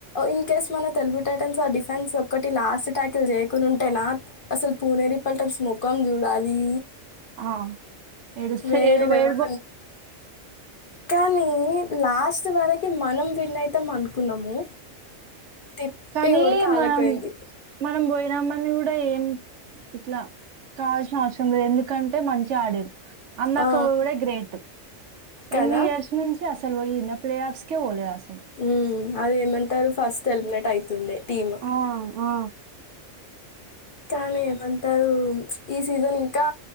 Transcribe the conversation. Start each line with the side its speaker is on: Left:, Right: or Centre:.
Left: ఇంకా ఇకేస్ మన తెలుగు టైటన్స్ ఆ డిఫెన్స్ ఒక్కటి లాస్ట్ ట్యాకిల్ చేయకుని ఉంటేనా అసలు పూనేరి పల్టన్స్ ముఖం చూడాలి
Right: ఆ ఏడుస్త
Left: వేరే
Right: ఎడు
Left: లెవెల్
Right: ఎ
Left: కానీ లాస్ట్ వర కి మనం విన్ అయితాం అనుకున్నాము తిప్పి
Right: కానీ
Left: కొడితే ఆళ్ళకైంది.
Right: మనం మనం పోయినామ కాని కూడా ఏం ఇట్లా కావాల్సిన అవసరం లేదు ఎందుకంటే మంచిగా ఆడిర్ అందాక్క
Left: ఆ!
Right: కూడ గ్రేట్
Left: కదా!
Right: ఎన్ని ఇయర్స్ నుంచి ఏ అసలు వయినా ప్లే ఆఫ్స్ కే పోలే అస
Left: ఉమ్ అది ఏమంటారు ఫస్ట్ ఎలిమినేట్ అయితుండే టీమ్
Right: ఆ, ఆ
Left: కానీ ఏమంటారు ఈ సీజన్ ఇంకా